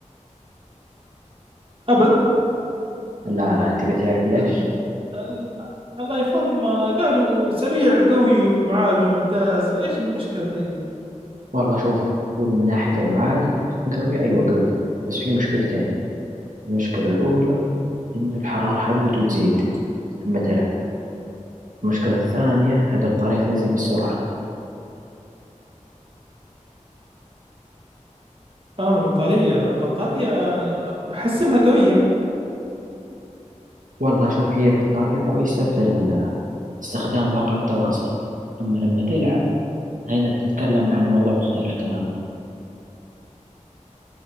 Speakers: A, on the right; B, on the right.
A: ابد
B: لا لا تبي تعرف ليش
A: ال... ال... الايفون ما قالوا سريع قوي ومعالج ممتاز ايش المشكلة طيب
B: والله شوف هو من ناحية المعالج قوي أيوة قوي بس في مشكلتين المشكلة الأولى إن الحرارة حقته تزيد لما تلعب المشكلة الثانية البطارية تنزل بسرعة
A: انا البطارية البطارية آه، بحسبها قوية
B: والله شوف هي البطارية كويسة في ال- استخدام مواقع التواصل أما لما تلعب هنا بتتكلم عن موضوع مختلف تماما